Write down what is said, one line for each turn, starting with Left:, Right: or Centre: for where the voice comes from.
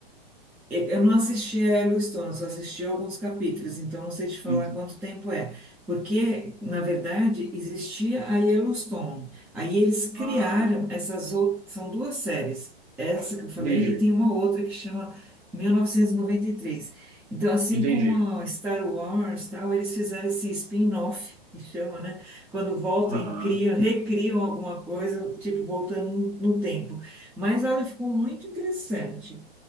Centre: É, Eu não assisti a Yellowstone, só assisti alguns capítulos, então não sei te falar
Right: Ent-
Centre: quanto tempo é. Porque, na verdade, existia a Yellowstone. Aí eles criaram
Right: Ah,
Centre: essas outras. São duas séries, essa que eu falei,
Right: entendi.
Centre: e tem uma outra que chama 1993. Então, assim
Right: Entendi.
Centre: como a Star Wars, tal, eles fizeram esse spin-off, que chama, né? Quando voltam
Right: Aham.
Centre: e criam, recriam alguma coisa, tipo, voltando no no tempo. Mas olha, ficou muito interessante.